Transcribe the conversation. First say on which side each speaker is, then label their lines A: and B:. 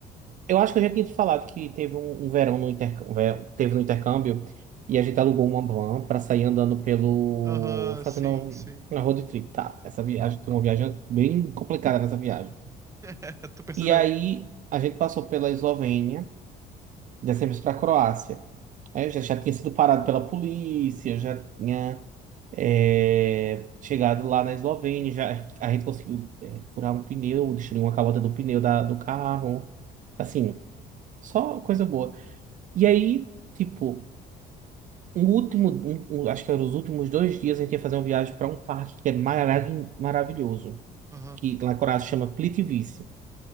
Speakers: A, on the right (about 50°); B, on the right (about 15°).
A: Eu acho que eu já tinha te falado que teve um, um verão no intercâmbio, teve no intercâmbio e a gente alugou uma van para sair andando pelo,
B: Aham,
A: fazendo
B: sim, sim.
A: uma road trip, tá? Essa viagem, tem uma viagem bem complicada nessa viagem.
B: <laughs> Tô percebendo.
A: E aí a gente passou pela Eslovênia, descemos para a Croácia. Aí eu já, já tinha sido parado pela polícia, eu já tinha é, chegado lá na Eslovênia, já, a gente conseguiu é, furar um pneu, destruir uma calota do pneu da- do carro. Assim, só coisa boa. E aí, tipo, um último, um- um- acho que eram os últimos dois dias, a gente ia fazer uma viagem para um parque que é mara- maravilhoso,
B: Aham.
A: que lá na Croácia chama Plitvice.